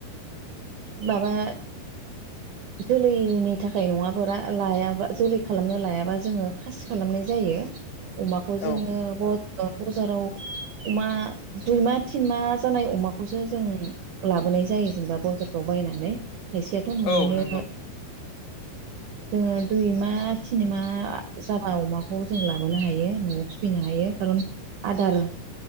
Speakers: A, on the right; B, on the left.
A: माबा जोलैनि थाखाय नङाफोरा लायाबा जोलै खालामनो लायाबा जोङो खासि खालामनाय जायो। अमाखौ जोङो
B: औ
A: ब-बजाराव अमा दुइ मा तिन मा जानाय अमाखौसो जों लाबोनाय जायो जेनेबा बाजारफ्राव बायनानै खायसेयाथ' न'आवनो
B: औ नंगौ
A: जोङो दुइ मा थिन मा जाबा अमाखौ जों लाबोनो हायो न'आव फिनो हायो खारन आदार